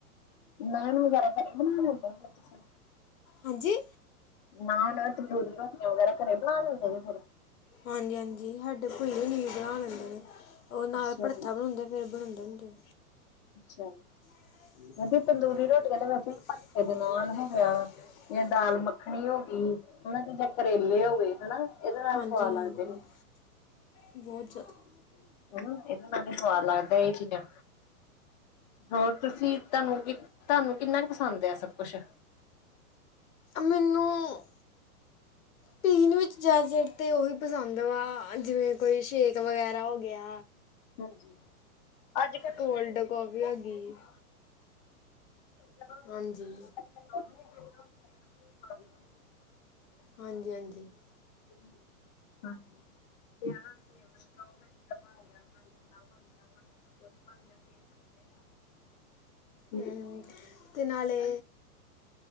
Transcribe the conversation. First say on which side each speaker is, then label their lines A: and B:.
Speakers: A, on the left; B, on the left.
A: ਨਾਨ ਵਗੈਰਾ ਘਰੇ ਹੀ ਬਣਾ ਲੈਣੇ ਹੋ ਫੇਰ ਤੁਸੀਂ
B: ਹਾਂਜੀ।
A: ਨਾਨ, ਤੰਦੂਰੀ ਰੋਟੀਆਂ ਵਗੈਰਾ ਘਰੇ ਬਣਾ ਲੈਂਦੇ <unintelligible>
B: ਹਾਂਜੀ ਹਾਂਜੀ ਸਾਡੇ ਭੂਈ ਹੁਣੀ ਬਣਾ ਲੈਂਦੇ ਨੇ ਉਹ
A: ਅੱਛਾ
B: ਨਾਲ ਭੜਥਾ
A: ਜੀ
B: ਬਣਾਉਂਦੇ। ਫਿਰ ਬਣਾਉਂਦੇ ਹੁੰਦੇ।
A: ਅੱਛਾ।
B: <unintelligible>
A: ਵਧੀਆ ਤੰਦੂਰੀ ਰੋਟੀਆਂ ਤਾਂ ਵੈਸੇ ਵੀ ਭੜਥੇ ਦੇ ਨਾਲ ਹੋ ਗਿਆ ਜਾਂ ਦਾਲ ਮੱਖਣੀ ਹੋ ਗਈ ਹਨਾ ਤੇ ਜਾਂ ਕਰੇਲੇ ਹੋ ਗਏ ਹਨਾ ਇਹਦੇ ਨਾਲ
B: ਹਾਂਜੀ
A: ਸਵਾਦ
B: ਹਾਂਜੀ
A: ਲੱਗਦੇ ਨੇ।
B: ਬਹੁਤ ਜਿਆਦਾ।
A: ਹੈਨਾ ਇਹਦੇ ਨਾਲ ਹੀ ਸਵਾਦ ਲੱਗਦਾ ਇਹ ਚੀਜ਼ਾਂ, ਹੋਰ ਤੁਸੀਂ ਤੁਹਾਨੂੰ ਕਿ ਤੁਹਾਨੂੰ ਕਿੰਨਾ ਕ ਪਸੰਦ ਏ ਆ ਸਭ ਕੁਛ।
B: ਮੈਨੂੰ
A: ਹ।
B: ਪੀਣ ਵਿੱਚ ਜ਼ਿਆਦਾਤਰ ਤੇ ਉਹੀ ਪਸੰਦ ਵਾ ਜਿਵੇਂ ਕੋਈ ਸ਼ੇਕ ਵਗੈਰਾ ਹੋ ਗਿਆ।
A: ਹਾਂਜੀ। ਅੱਜ ਕੱਲ ਸ਼ਹਿਰ
B: ਕੋਲਡ
A: ਵਿੱਚ
B: ਕਾਫ਼ੀ
A: ਕਿੰਨੇ
B: ਹੋਗੀ।
A: ਜਦੋਂ
B: ਹਾਂਜੀ।
A: ਅੱਜ ਕੱਲ੍ਹ ਕਈ ਬੱਚੇ ਦੁੱਧ ਵੀ ਪੀਂਦੇ ਉਹ ਫਲੇਵਰ ਵਿੱਚ ਪਾ ਕੇ ਦੁੱਧ ਪੀਂਦੇ ਨੇ
B: ਹਾਂਜੀ-ਹਾਂਜੀ।
A: ਹਾਂਜੀ <inaudible> <inaudible>
B: ਹਮ ਤੇ ਨਾਲੇ,